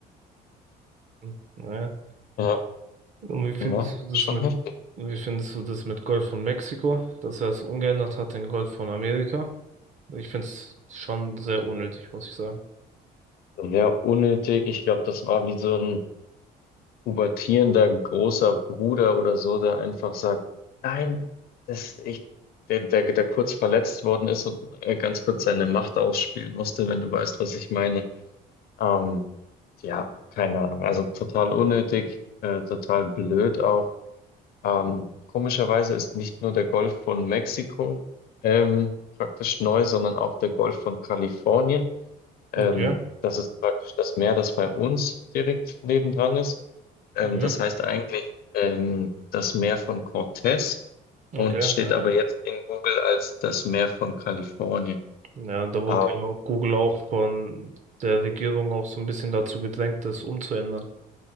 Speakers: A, on the right (about 45°); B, on the left (about 65°).
A: Mhm. Ja,
B: Ja,
A: Und wie findest
B: ja,
A: du das
B: schon
A: mit,
B: heftig.
A: wie findest du das mit Golf von Mexiko, dass er es umgeändert hat in Golf von Amerika? Ich finde es schon sehr unnötig, muss ich sagen.
B: Sehr unnötig. Ich glaube, das war wie so ein pubertierender großer Bruder oder so, der einfach sagt, nein, das ich, der, der, der kurz verletzt worden ist und äh, ganz kurz seine Macht ausspielen musste, wenn du weißt, was ich meine. Ähm, ja, keine Ahnung. Also total unnötig, äh, total blöd auch. Ähm, komischerweise ist nicht nur der Golf von Mexiko ähm, praktisch neu, sondern auch der Golf von Kalifornien. Ähm,
A: Okay.
B: das ist praktisch das Meer, das bei uns direkt nebendran ist. Ähm,
A: Mhm.
B: das heißt eigentlich ähm, das Meer von Cortez
A: Okay.
B: und steht
A: Ja,
B: aber jetzt in Google als das Meer von Kalifornien.
A: Ja, da wurde
B: Ah,
A: ja auch Google auch von der Regierung auch so ein bisschen dazu gedrängt, das umzuändern.